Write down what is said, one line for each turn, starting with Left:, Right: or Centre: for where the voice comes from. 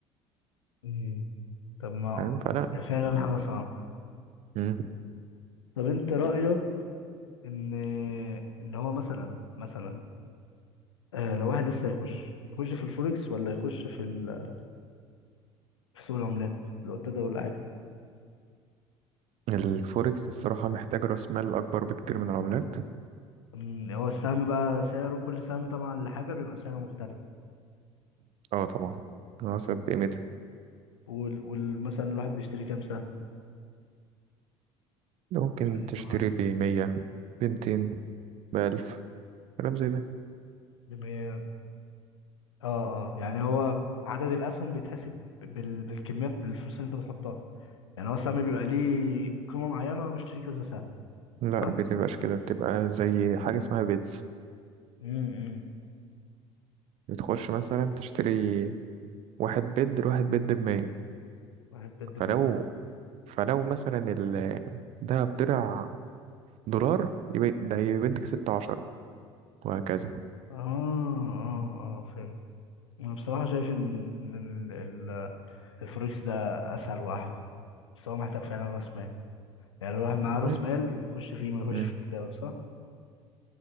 Left: امم طب ما
Right: فاهم فلا
Left: فعلا حاجة صعبة
Right: مم. مم.
Left: طب انت رأيك ان ان هو مثلا مثلا آه، لو واحد لسه يخش يخش في الفوركس ولا يخش في ال- في سوق العملات اللي هو التداول العادي
Right: الفوركس الصراحة محتاج رأس مال أكبر بكتير من العملات
Left: أمم، هو السهم بقى سعره كل سهم طبعا لحاجه بيبقى سعره مختلف
Right: اه طبعا على حسب
Left: مم.
Right: قيمتها
Left: وال- وال- مثلا الواحد بيشتري كام سهم
Right: ممكن
Left: عشان
Right: تشتري
Left: هو
Right: بمية بمتين بألف كلام زي ده
Left: جميع- اه اه يعني هو عدد الاسهم بيتحسب بال... بالكميه بالفلوس اللي انت بتحطها يعني هو السهم بيبقى ليه قيمه معينه وانا بشتري كذا سهم
Right: لا
Left: صح؟
Right: بتبقاش كده بتبقى زي حاجة اسمها بيتز
Left: امم
Right: بتخش مثلا تشتري واحد بيد لواحد بيد بمية
Left: واحد بالدمية
Right: فلو فلو مثلا ال ده بضلع دولار يبقى ده يبقى انت كسبت عشرة وهكذا
Left: اه اه اه فهمت انا بصراحه شايف ان ان ال- ال- الفوركس ده اسهل واحلى بس هو محتاج فعلا راس مال يعني لو الواحد معاه راس
Right: مم.
Left: مال يخش فيه ما يخش
Right: مم.
Left: في التداول صح